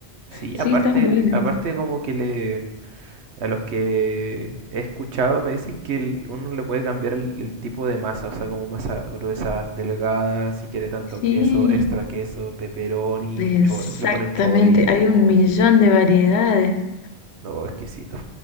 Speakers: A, on the right (about 85°); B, on the left (about 75°).
A: Sí,
B: Sí,
A: aparte,
B: están buenas.
A: le- aparte como que le, A los que he escuchado me dicen que el- uno le puede cambiar el, el tipo de masa, o sea, como masa gruesa, delgada, si quiere tanto
B: Sí,
A: queso, extra queso, pepperoni,
B: exactamente,
A: cho- le ponen chorizo.
B: hay un millón
A: ¡ay,
B: de variedades.
A: No, exquisito.